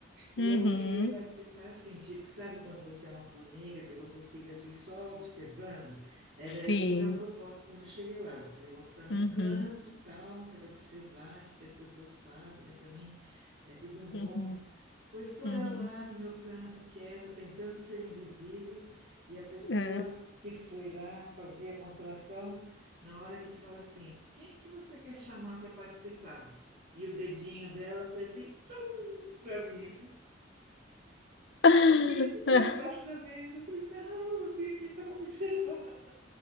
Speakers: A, on the right (about 60°); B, on the left (about 75°).
A: E
B: Uhum.
A: eu queria participar assim, tipo, sabe quando você é uma formiga, que você fica assim só observando? Era
B: Sim.
A: esse o meu propósito quando eu cheguei lá. Eu falei, vou ficar num
B: Uhum.
A: canto, tal, quero observar o que que as pessoas fazem, né? Para mim é tudo novo.
B: Uhum.
A: Pois estou
B: Uhum.
A: eu lá no meu canto, quieta, tentando ser invisível, e a pessoa
B: Hum.
A: que foi lá fazer a constelação, na hora que fala assim, quem que você quer chamar para participar? E o dedinho dela foi assim <laughs> para mim.
B: <laughs>
A: Eu queria me enfiar debaixo da mesa. Eu falei, não, eu vim aqui só para observar.